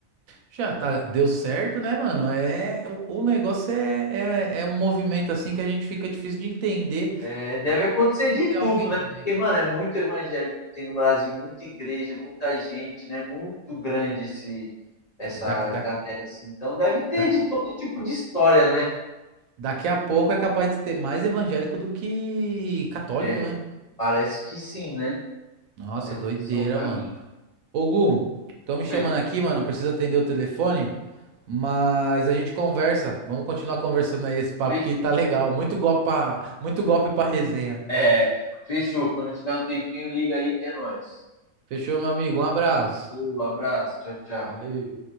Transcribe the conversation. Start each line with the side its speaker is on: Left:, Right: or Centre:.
Right: Já tá, deu certo, né, mano? É, o, o negócio é, é, é um movimento assim que a gente fica difícil de entender
Left: É, deve
Right: onde
Left: acontecer
Right: pode
Left: de
Right: ter
Left: tudo,
Right: alguém
Left: né?
Right: do bem.
Left: Porque, mano, é muito evangélico tem no Brasil, muita igreja, muita gente, né? Muito grande esse, essa
Right: É, da, da,
Left: galera, assim. Então deve ter
Right: da-
Left: de todo tipo de história, né?
Right: daqui a pouco é capaz de ter mais evangélico do que católico,
Left: É,
Right: né?
Left: Parece que sim, né?
Right: Nossa,
Left: Parece
Right: doideira,
Left: que esse é o caminho.
Right: mano. Ô, Gu, estão me chamando
Left: Oi,
Right: aqui, mano. Precisa atender o telefone, mas a gente conversa. Vamos continuar conversando aí esse papo
Left: fechou.
Right: que tá legal. Muito golpe pra, muito golpe pra resenha.
Left: É, fechou. Quando tiver um tempinho, liga aí que é nóis.
Right: Fechou, meu amigo. Um abraço.
Left: Um abraço, tchau, tchau.
Right: Valeu.